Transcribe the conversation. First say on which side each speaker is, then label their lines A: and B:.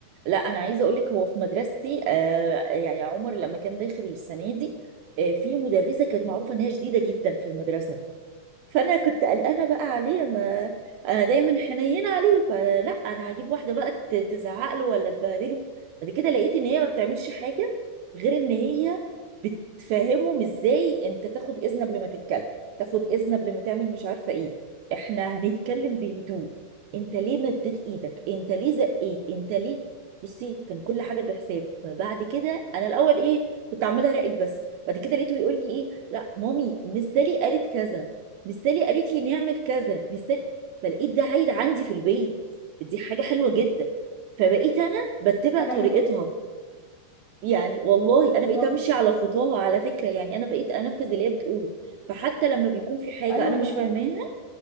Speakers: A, on the right; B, on the left.
A: لا انا عايزه اقول لك هو في مدرستي آه يعني عمر لما كان داخل السنه دي آه في مدرسه كانت معروفه ان هي شديده جدا في المدرسه فانا كنت قلقانه بقى عليه ما انا دايما حنينه عليه فلا انا هجيب واحده بقى ت- تزعق له ولا تبهدله بعد كده لقيت ان هي ما بتعملش حاجه غير ان هي بتفهمهم ازاي انت تاخد اذن قبل ما تتكلم تاخد اذن قبل ما تعمل مش عارفه ايه احنا هنتكلم بهدوء انت ليه مديت ايدك انت ليه زقيت انت ليه بصي كان كل حاجه بحساب فبعد كده انا الاول ايه كنت عامله راقد بس بعد كده لقيته يقول لي ايه لا مامي مستلي قالت كذا مستلي قالت لي نعمل كذا مستلي فلقيت ده عايد عندي في البيت دي حاجة حلوة جدا فبقيت أنا بتبع
B: حاجة
A: طريقتها
B: حلوة جدا
A: يعني والله
B: بالظبط
A: أنا بقيت أمشي
B: كده.
A: على خطاها على فكرة يعني أنا بقيت أنفذ اللي هي بتقوله فحتى لما بيكون في حاجة
B: أيوة
A: أنا مش
B: هي
A: فاهماها